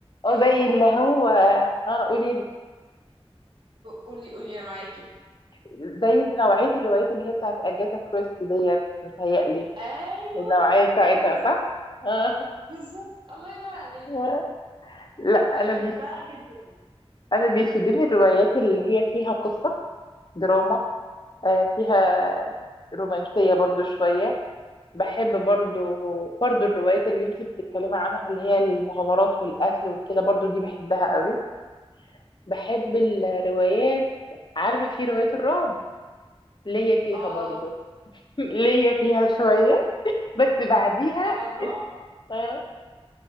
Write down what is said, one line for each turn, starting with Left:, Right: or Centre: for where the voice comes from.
Left: اه
Right: آه،
Left: زي
Right: ب-
Left: اللي هو
Right: و-
Left: اه قولي لي
Right: قولي قولي انا معاكي
Left: زي نوعية الروايات اللي هي بتاعت أجاثا كريستي ديت متهيألي
Right: ايوه
Left: النوعية بتاعتها
Right: بالظبط
Left: صح؟ اه
Right: بالظبط الله ينور عليكي
Left: <laughs> لا
Right: بحبها
Left: أنا بيف...
Right: جدا
Left: أنا بيفيدني الروايات اللي هي فيها قصة دراما آه، فيها رومانسية برضو شوية بحب برضو برضو الروايات اللي انتي بتتكلمي عنها اللي هي المغامرات والقتل وكده برضو دي بحبها قوي بحب
Right: مم.
Left: الروايات عارفة في رواية الرعب ليا فيها
Right: اه
Left: برضو <laughs> ليا فيها شوية بس بعديها
Right: انا الرعب
Left: است... آه،